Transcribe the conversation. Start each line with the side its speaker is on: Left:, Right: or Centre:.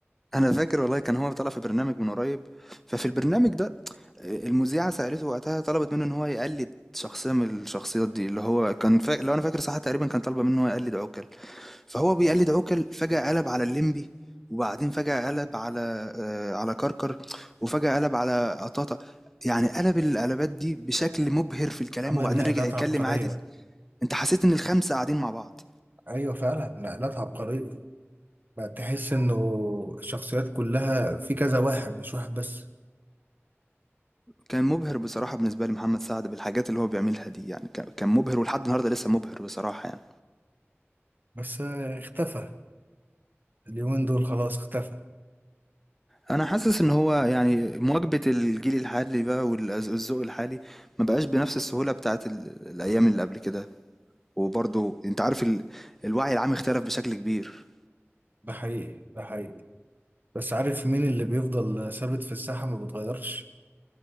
Centre: أنا فاكر والله كان هو طالع في برنامج من قريب ففي البرنامج ده المذيعة سألته وقتها طلبت منه إن هو يقلد شخصية من الشخصيات دي اللي هو كان فا... لو أنا فاكر صح تقريبا كان طالبة منه إن هو يقلد عوكل فهو بيقلد عوكل فجأة قلب على الليمبي وبعدين فجأة قلب على آه على كركر وفجأة قلب على قطاطة يعني قلب القلبات دي بشكل مبهر في الكلام
Right: عمل
Centre: وبعدين
Right: نقلات
Centre: رجع يتكلم
Right: عبقريه
Centre: عادل انت حسيت ان الخمسة قاعدين مع بعض
Right: ايوه فعلا نقلات عبقريه بقى تحس انه الشخصيات كلها في كذا واحد مش واحد بس
Centre: كان مبهر بصراحة بالنسبة لي محمد سعد بالحاجات اللي هو بيعملها دي يعني كان كان مبهر ولحد النهاردة لسه مبهر بصراحة يعني
Right: بس آه، اختفى اليومين دول خلاص اختفى
Centre: انا حاسس ان هو يعني مواكبة الجيل الحالي بقى والذوق الحالي ما بقاش بنفس السهولة بتاعت ال- الايام اللي قبل كده وبرضو انت عارف ال... الوعي العام اختلف بشكل كبير
Right: ده حقيقي ده حقيقي بس عارف مين اللي بيفضل ثابت في الساحة ما بتغيرش